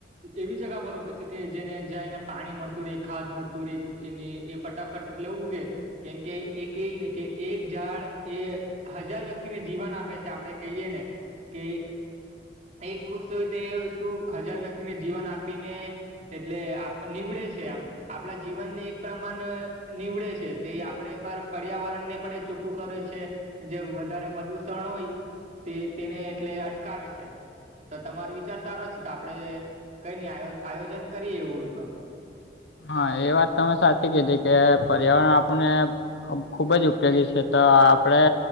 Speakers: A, on the right; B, on the left.
A: એવી જગા પર રોપિ કે જેને જાય એને પાણી મળતું રે ખાદ મળતું રે એને એ ફટાફટ એટલે ઉગે, કેમ કે એ કવી ને કે એક ઝાડ એ હજાર વ્યક્તિને જીવન આપે છે આપડે કહીયએ ને કે, એક વૃક્ષ હોય તે શું હજાર વ્યક્તિને જીવન આપીને, એટલે આપ નીવડે છે આમ આપણા જીવનને એક પ્રમાણે નીવડે છે તે આપડે પર પર્યાવરણ ને પણ એ ચોખ્ખું કરે છે જે વધારે પ્રદુષણ હોય, તે તેને એટલે અટકાવે છે. તો તમારો વિચાર સારો છે તો આપડે કઈ નઈ આ આયોજન કરીએ એવું હોય તો.
B: હા એ વાત તમે સાચી કીધી કે પર્યાવરણ આપને, ખુબ જ ઉપયોગી છે તો આપડે,